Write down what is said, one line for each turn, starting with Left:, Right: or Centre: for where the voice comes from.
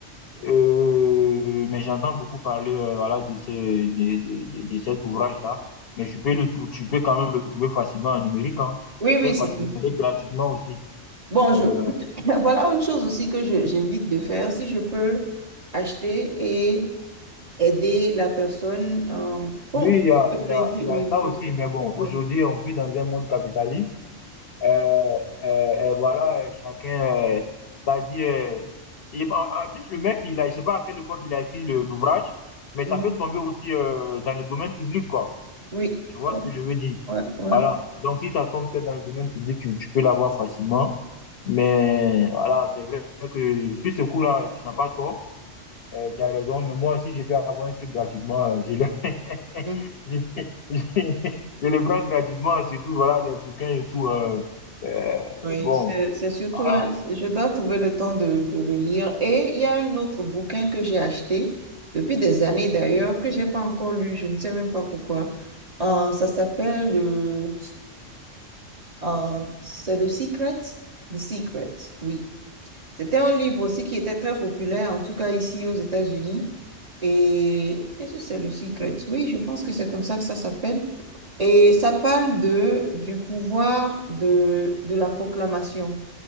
Left: Euh, mais j'entends beaucoup parler euh, voilà, de, ces, de, de, de, de cet ouvrage-là. Mais tu peux, le, trou- tu peux quand même le trouver facilement en numérique. Hein.
Right: Oui, oui,
Left: Très facilement
Right: c'est tout.
Left: et gratuitement aussi.
Right: Bon,
Left: Euh,
Right: je, <laughs> voilà une chose aussi que je- j'évite de faire. Si je peux acheter et aider la personne, euh, bon,
Left: oui, il y a,
Right: le crédit,
Left: il y a, il
Right: oui.
Left: y a ça
Right: je-
Left: aussi. Mais bon,
Right: ouais.
Left: aujourd'hui, on vit dans un monde capitaliste. Euh, euh, euh, voilà, euh, chacun, t'as dit, euh, il- en, en plus, le mec, il a, je sais pas à quelle époque il a écrit le- l'ouvrage, mais
Right: Mhm.
Left: ça peut tomber aussi euh, dans le domaine public, quoi.
Right: Oui,
Left: Tu vois ce que je veux dire?
Right: ouais, ouais.
Left: Voilà. Donc, si ça tombe peut-être dans le domaine public, tu, tu peux l'avoir facilement. Mais voilà, c'est vrai que sur ce coup-là, tu n'as pas tort. Euh, tu as raison. Mais moi, si je peux avoir un truc gratuitement, euh, je le,
Right: ouais.
Left: <laughs> je, je- je le prends gratuitement, surtout, voilà, les bouquins et tout. euh, euh,
Right: Oui,
Left: bon.
Right: c'est c'est surtout,
Left: Ah,
Right: un- je dois trouver le temps de, de le lire. Et il y a un autre bouquin que j'ai acheté depuis des années d'ailleurs, que j'ai pas encore lu, je ne sais même pas pourquoi. Euh, ça s'appelle, euh, euh, c'est The Secret? The Secret, oui. C'était un livre aussi qui était très populaire, en tout cas ici aux États-Unis. Et est-ce que c'est le Secret? Oui, je pense que c'est comme ça que ça s'appelle. Et ça parle de, du pouvoir de, de la proclamation